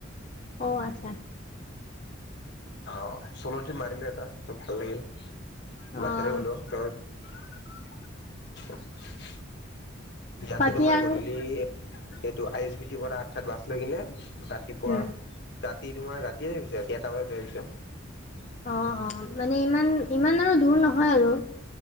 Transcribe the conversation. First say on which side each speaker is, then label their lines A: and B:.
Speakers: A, on the left (about 35°); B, on the left (about 55°).
A: অ' আচ্ছা,
B: অ' চলো ত্ৰিপ মাৰিলো এটা ভাল লাগিল
A: অ'
B: বাছেৰে গলো ত <unintelligible> ইয়াতে
A: বাকী
B: তোমাৰ
A: আৰু
B: গধূলি এইটো আই এছ বি টি পৰা আঠঠাত বাছ লৈ কিনে। ৰাতিপুৱা
A: উম,
B: ৰাতি তোমাৰ ৰাতিয়ে যাই পাইছো ৰাতি এটা বজাত যায় পাইছো।
A: অ' অ' মানে ইমান ইমান আৰু দূৰ নহয়, আৰু।